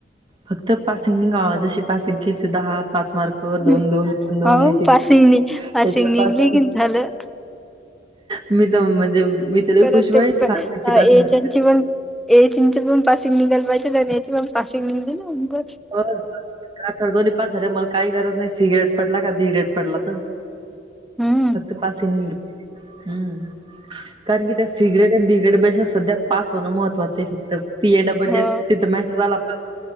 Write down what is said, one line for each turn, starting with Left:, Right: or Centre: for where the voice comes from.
Right: फक्त पासिंग नि गा जशी पासिंग किती दहा पाच मार्क हो
Centre: हम्म
Right: दोन दोन, दोन
Centre: हो
Right: एक,
Centre: पासिंगनी
Right: एक
Centre: पासिंग
Right: त्याच्या
Centre: निघली
Right: पासिंग
Centre: की झालं
Right: मी दोन म्हणजे मी तर लई
Centre: खर
Right: खुश होईल
Centre: ते पण
Right: फार्मॅकची
Centre: यायचन
Right: पासिंग
Centre: ची पण एचींच पण पासिंग निघायला पाहिजे, तर एची पण पासिंग निघली ना <unintelligible>
Right: बस बस काय का दोन्ही पास झाले. मला काही गरज नाही सी ग्रेड पडला, का बी ग्रेड पडला तर
Centre: हम्म
Right: फक्त पासींग निड हम्म कारण की त्या सी ग्रेड आणि बी ग्रेडपेक्षा सध्या पास होणं महत्त्वाच आहे, फक्त पी ए डबल एस
Centre: हो
Right: तिथं मेसेज आला पास